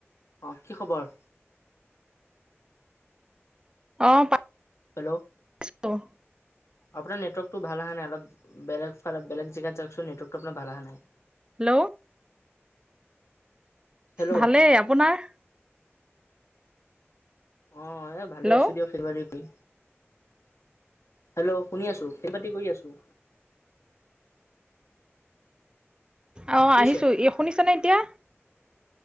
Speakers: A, on the left; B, on the right.
A: অ কি খবৰ?
B: অ পাই
A: হেল্ল'
B: <unintelligible>
A: আপোনাৰ নেটৱৰ্কটো ভাল অহা নাই। অলপ বেলেগ ফালে বেলেগ জেগাত যাওঁক চোন। নেটৱৰ্কটো আপোনাৰ ভাল অহা নাই।
B: হেল্ল'
A: হেল্ল'
B: ভালেই। আপোনাৰ?
A: অ এ ভালেই
B: হেল্ল'
A: আছো দিয়ক খেতি বাতি কই। হেল্ল' শুনি আছো। খেতি বাতি কৰি আছোঁ।
B: অ
A: বুজিছে
B: আহিছো। ই শুনিছ নে এতিয়া?